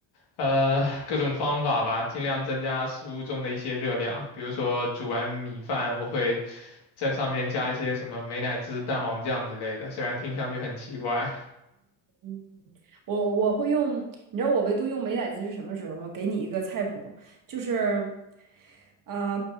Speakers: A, on the left; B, on the right.
A: 呃，各种方法吧，尽量增加食物中的一些热量。比如说煮完米饭，我会在上面加一些什么美乃滋、蛋黄酱之类的，虽然听上去很奇怪。
B: 嗯。我我会用，你知道我唯独用美乃滋是什么时候吗？给你一个菜谱，就是，啊、